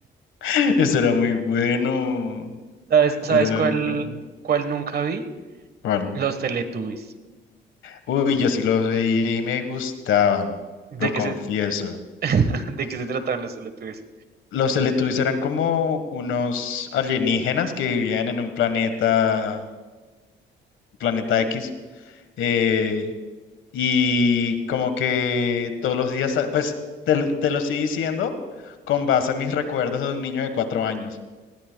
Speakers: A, on the left (about 80°); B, on the right (about 50°).
A: <laughs> Eso era muy bueno.
B: ¿Sabes, sabes
A: Era
B: cuál,
A: muy bueno.
B: cuál nunca vi?
A: ¿Cuál?
B: Los Teletubbies.
A: Uy, yo sí los veía y me gustaban,
B: ¿De
A: lo
B: qué
A: confieso.
B: se, <laughs> de qué se trataban los Teletubbies?
A: Los Teletubbies eran como unos alienígenas que vivían en un planeta, un planeta X Eh, y como que todos los días, ah, pues te, lo te lo estoy diciendo con base a mis recuerdos de un niño de cuatro años.